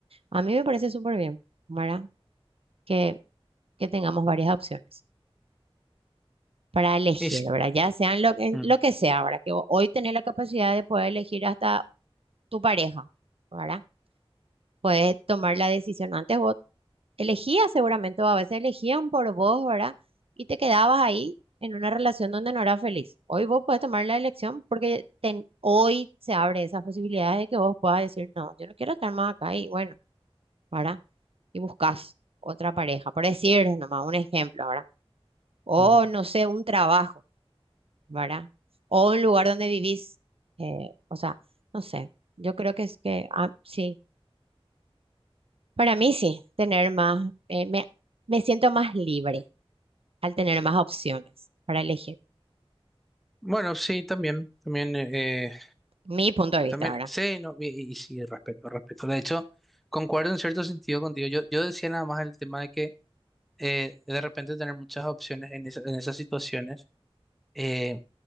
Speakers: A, on the right; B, in the centre.
A: A mí me parece súper bien, ¿verdad? Que, que tengamos varias opciones para elegir,
B: Es-
A: ¿verdad? Ya sean lo, en
B: mm,
A: lo que sea, ¿verdad? Que ho- hoy tenés la capacidad de poder elegir hasta tu pareja, ¿verdad? Puedes tomar la decisión. Antes vos elegías seguramente, o a veces elegían por vos, ¿verdad? Y te quedabas ahí en una relación donde no eras feliz. Hoy vos puedes tomar la elección porque ten- hoy se abre esas posibilidades de que vos puedas decir, no, yo no quiero estar más acá y bueno, ¿verdad? y buscas otra pareja, por decir nomás un ejemplo, ¿verdad? O
B: ujú.
A: no sé, un trabajo, ¿verdad? O un lugar donde vivís, eh, o sea, no sé, yo creo que es que, ah, sí, para mí sí, tener más, eh, me, me siento más libre al tener más opciones para elegir,
B: bueno, sí, también, también, eh, eh,
A: mi punto de vista,
B: también,
A: ¿verdad?
B: sí, no, y, y sí, respeto, respeto. De hecho, concuerdo en cierto sentido contigo. Yo, yo decía nada más el tema de que eh, de repente tener muchas opciones en, esa- en esas situaciones eh,